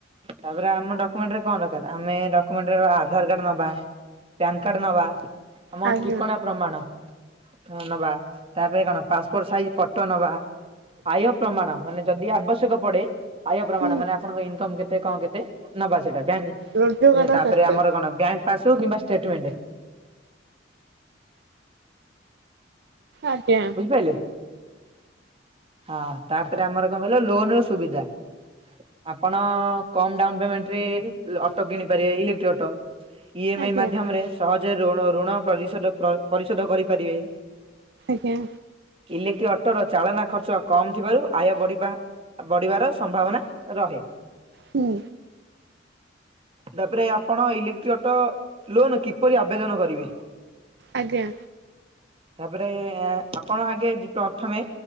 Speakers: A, on the right (about 30°); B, on the right (about 60°).
A: ତାପରେ ଆମ ଡକୁମେଣ୍ଟରେ କଣ ଦରକାର ଆମେ ଡକୁମେଣ୍ଟ ରେ ଆଧାର କାର୍ଡ ନବା ପ୍ୟାନ କାର୍ଡ ନବା ଆମ
B: ଆଜ୍ଞା
A: ଠିକଣା ପ୍ରମାଣ ହଁ ନବା ତାପରେ କଣ ପାସପୋର୍ଟ ସାଇଜ ଫଟୋ ନବା। ଆୟ ପ୍ରମାଣ ମାନେ ଯଦି ଆବଶ୍ୟକ ପଡେ ଆୟ ପ୍ରମାଣ
B: ହୁଁ
A: ମାନେ ଆପଣଙ୍କ ଇନକମ୍ କେତେ କଣ କେତେ ନବା ସେଟା ବି ଆମେ
B: ରୋଜଗାର
A: ତାପରେ
B: କେତେ?
A: ଆମର କଣ ବ୍ୟାଙ୍କ ପାସବୂକ କିମ୍ବା ଷ୍ଟେଟମେଣ୍ଟେ
B: ଆଜ୍ଞା
A: ବୁଝିପାଇଲେ ହଁ ତାପରେ ଆମର କଣ କହିଲ ଲୋନ ର ସୁବିଧା ଆପଣ କମ ଡାଉନ ପେମେଣ୍ଟରେ ଅଟୋ କିଣିପାରିବେ ଇଲେକ୍ଟ୍ରି ଅଟୋ। ଇଏମ
B: ଆଜ୍ଞା
A: ଆଇ ମାଧ୍ୟମରେ ସହଜରେ ଋଣ ଋଣ ପରିଶୋଧ ପରିଶୋଧ କରିପାରିବେ।
B: ଆଜ୍ଞା
A: ଇଲେକ୍ଟ୍ରି ଅଟୋର ଚାଳନା ଖର୍ଚ୍ଚ କମ ଥିବାରୁ ଆୟ ବଢିବା ବଢିବାର ସମ୍ଭାବନା ରହେ।
B: ହୁଁ
A: ତାପରେ ଆପଣ ଇଲେକ୍ଟ୍ରି ଅଟୋ ଲୋନ କିପରି ଆବେଦନ କରିବେ?
B: ଆଜ୍ଞା
A: ତାପରେ ଏଆଁ ଆପଣ ଆଗେ ଜି ପ୍ରଥମେ